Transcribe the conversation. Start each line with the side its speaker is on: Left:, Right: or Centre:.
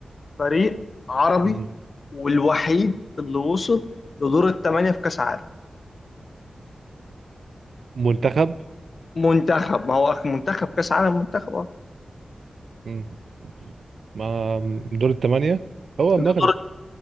Left: فريق عربي
Right: مم.
Left: والوحيد اللي وصل لدور الثمانية في كأس عالم
Right: منتخب
Left: منتخب ما هو أخ- منتخب كأس عالم منتخب أه.
Right: مم. ما دور الثمانية هو المغرب
Left: دور